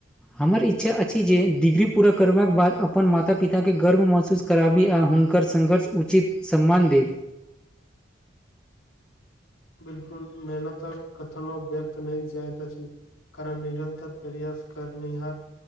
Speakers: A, in the centre; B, on the left (about 85°).
A: हमर इच्छा अछि जे डिग्री पूरा करबाक बाद अपन माता पिताके गर्व महसूस। कराबी आ हुनकर संघर्ष उचित सम्मान देत
B: बिल्कुल मेहनत कथनो व्यर्थ नै जायत अछि कारण निरन्तर प्रयास करनिहार